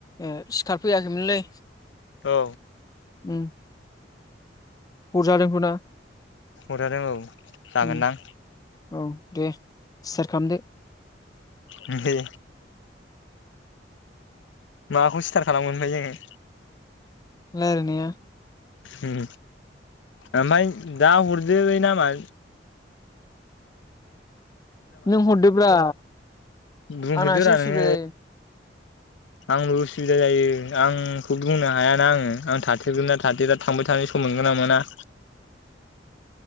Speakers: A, on the left; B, on the left.
A: ओ सिखारफैयाखैमोनलै।
B: औ।
A: उम। हरजादों खोना
B: हरजादों औ जागोनदां
A: उम औ दे। स्टार्ट खालामदो
B: उम दे। माखौ स्टार्ट खालामगोन ओमफाय जोङो?
A: लारायनाया?
B: उम ओमफाय दा हरदोलै नामा
A: नों हरदोब्रा।
B: बुंहैदो
A: आंना एसे
B: रा
A: उसुबिदा
B: नोङो। आंबो उसुबिदा जायो आंखौ बुंनो हायाना आङो आं थाथिरगोनना थाथेरा थांबाय थानाय सम मोनगोन ना मोना?